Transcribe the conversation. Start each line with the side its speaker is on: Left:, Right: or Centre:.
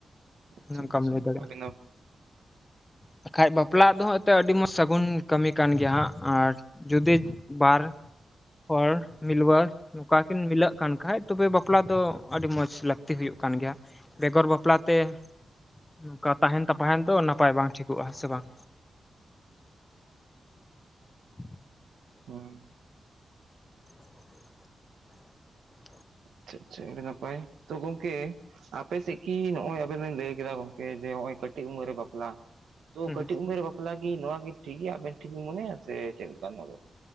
Right: ᱟᱪᱪᱷᱟ
Left: ᱱᱟᱝᱠᱟᱢ
Right: ᱟᱪᱪᱷᱟ
Left: ᱞᱟᱹᱭ ᱫᱟᱲᱮᱭᱟᱜ।
Right: ᱟᱹᱰᱤ ᱱᱟᱯᱟᱭ
Left: ᱵᱟᱠᱷᱟᱡ ᱵᱟᱯᱞᱟᱜ ᱫᱚ ᱦᱟᱸᱜ ᱦᱳᱭᱛᱳ ᱟᱹᱰᱤ ᱢᱚᱸᱡᱽ ᱥᱟᱹᱜᱩᱱ ᱠᱟᱹᱢᱤ ᱠᱟᱱ ᱜᱮᱭᱟ ᱦᱟᱸᱜ᱾ ᱟᱨ ᱡᱩᱫᱤ ᱵᱟᱨ ᱦᱚᱲ ᱢᱤᱞᱣᱟᱹ ᱱᱚᱝᱠᱟ ᱠᱤᱱ ᱢᱤᱞᱟᱹᱜ ᱠᱟᱱᱼᱼ ᱠᱷᱟᱡ ᱛᱚᱵᱮ ᱵᱟᱯᱞᱟ ᱫᱚ ᱟᱹᱰᱤ ᱢᱚᱡᱽ ᱞᱟᱹᱠᱛᱤ ᱦᱩᱭᱩᱜ ᱠᱟᱱ ᱜᱮᱭᱟ᱾ ᱵᱮᱜᱚᱨ ᱵᱟᱯᱞᱟᱛᱮ ᱱᱚᱝᱠᱟ ᱛᱟᱦᱮᱱ ᱛᱟᱯᱟᱦᱮᱱ ᱫᱚ ᱱᱟᱯᱟᱭ ᱵᱟᱝ ᱴᱷᱤᱠᱚᱜᱼᱟ ᱥᱮ ᱵᱟᱝ? <inaudible>
Right: ᱦᱩᱸ
Left: <inaudible>
Right: ᱟᱪᱪᱷᱟ ᱟᱪᱪᱷᱟ ᱟᱹᱰᱤ ᱱᱟᱯᱟᱭ ᱛᱚ ᱜᱚᱝᱠᱮ ᱟᱯᱮ ᱥᱮᱫ ᱠᱤ ᱱᱚᱜ-ᱚᱭ ᱟᱵᱮᱱ ᱵᱮᱱ ᱞᱟᱹᱭ ᱠᱮᱫᱟ ᱜᱚᱝᱠᱮ ᱡᱮ ᱱᱚᱜ-ᱚᱭ ᱠᱟᱹᱴᱤᱡ ᱩᱢᱟᱹᱨ ᱨᱮ ᱵᱟᱯᱞᱟ᱾ ᱛᱚ
Left: ᱦᱩᱸ
Right: ᱠᱟᱹᱴᱤᱡ ᱩᱢᱮᱨ ᱨᱮ ᱵᱟᱯᱞᱟ ᱠᱤ ᱱᱚᱣᱟ ᱜᱮ ᱴᱷᱤᱠ ᱜᱮᱭᱟ ᱟᱵᱮᱱ ᱴᱷᱤᱠ ᱵᱮᱱ ᱢᱚᱱᱮᱭᱟ ᱥᱮ ᱪᱮᱫ ᱞᱮᱠᱟ ᱱᱚᱣᱟ ᱫᱚ